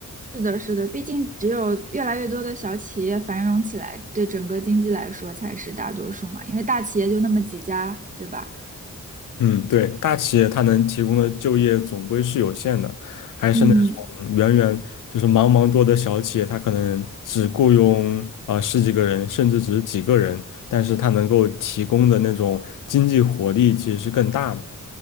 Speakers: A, on the right; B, on the left.
A: 是的，是的。毕竟只有越来越多的小企业繁荣起来，对整个经济来说才是大多数嘛。因为大企业就那么几家，对吧？
B: 嗯，对，大企业它能提供的就业总归是有限的，还是那种远远就是茫茫多的小企业，
A: 嗯
B: 它可能只雇佣啊、呃十几个人，甚至只是几个人，但是它能够提供的那种经济活力其实是更大的。